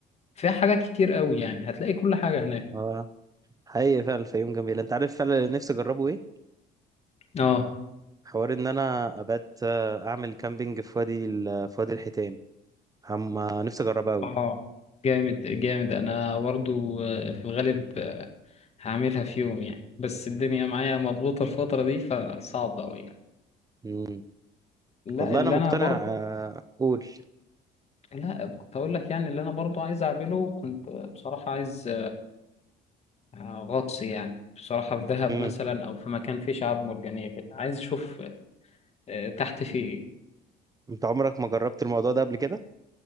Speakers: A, on the left; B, on the right.
A: فيها حاجات كتير قوي يعني هتلاقي كل حاجة هناك
B: اه حقيقي فعلا الفيوم جميل انت عارف فعلا اللي نفسي اجربه ايه
A: اه
B: حوار ان انا ابات آه، اعمل كامبينج في وادي ال- في وادي الحيتان هم نفسي اجربها قوي
A: اه جامد جامد انا برضو آه، في الغالب آه، هعملها في يوم يعني بس الدنيا معايا مضغوطة الفترة دي فصعبة قوي يعني
B: امم
A: لا
B: والله
A: اللي
B: انا مقتنع
A: انا برضو
B: آه، قول
A: لا كنت اقول لك يعني اللي انا برضو عايز اعمله كنت بصراحة عايز آه، غطس يعني بصراحة في دهب
B: امم
A: مثلا او في مكان فيه شعاب مرجانية كده عايز اشوف آه، تحت فيه ايه
B: انت عمرك ما جربت الموضوع ده قبل كده